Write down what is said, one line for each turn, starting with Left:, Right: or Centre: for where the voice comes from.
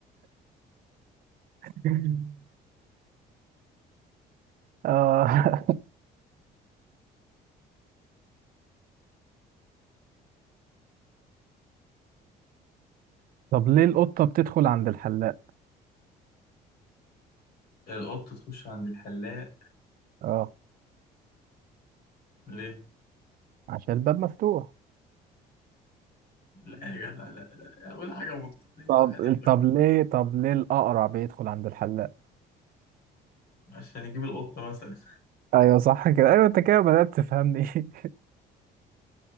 Right: <laughs> آه. طب ليه القطة بتدخل عند الحلاق
Left: القط تخش عند الحلاق
Right: اه
Left: ليه؟
Right: عشان الباب مفتوح
Left: لا يا جدع لا لا أول حاجة منطقية
Right: طب
Left: واحد يفكر
Right: طب ليه طب ليه الأقرع بيدخل عند الحلاق
Left: عشان يجيب القطة مثلا <laughs>
Right: ايوه صح كده ايوه انت كده بدأت تفهمني <laughs>